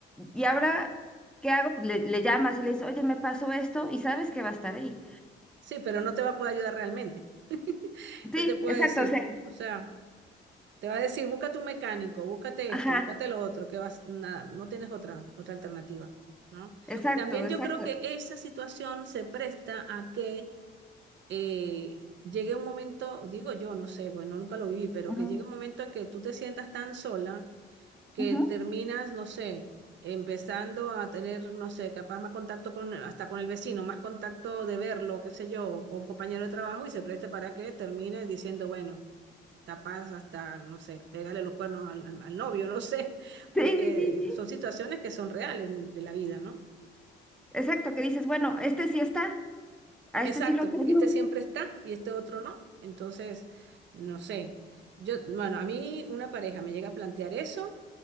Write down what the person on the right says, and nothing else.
Sí, pero no te va a poder ayudar realmente. <laughs>
¿Qué te puedo
decir?
O sea. Te va a decir, búscate un mecánico, búscate
esto, búscate lo otro, que vas, nada, no tienes otra, otra alternativa, ¿no?
Y también
yo creo que esa situación se presta a que eh, llegue un momento, digo yo, no sé, bueno, nunca lo viví, pero
que llegue un momento en que tú te sientas tan sola que
terminas, no sé, empezando a tener, no sé, capaz más contacto con, hasta con el vecino, más contacto de verlo, qué sé yo, o un compañero de trabajo y se preste para que termine diciendo, bueno capaz hasta, no sé, pegarle los cuernos al, al- al novio, no sé, <laughs> porque
son situaciones que son reales de la vida, ¿no?
Exacto,
este siempre está y este otro no. Entonces, no sé, yo, bueno, a mí una pareja me llega a plantear eso